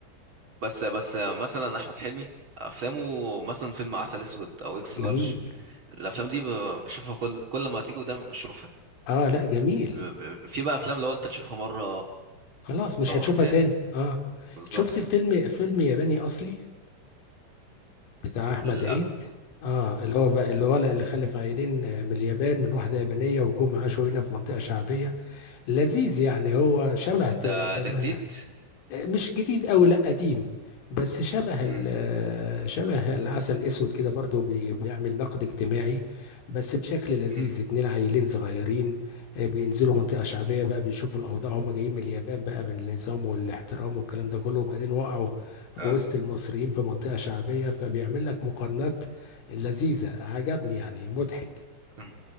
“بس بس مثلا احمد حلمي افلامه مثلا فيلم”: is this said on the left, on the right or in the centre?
Right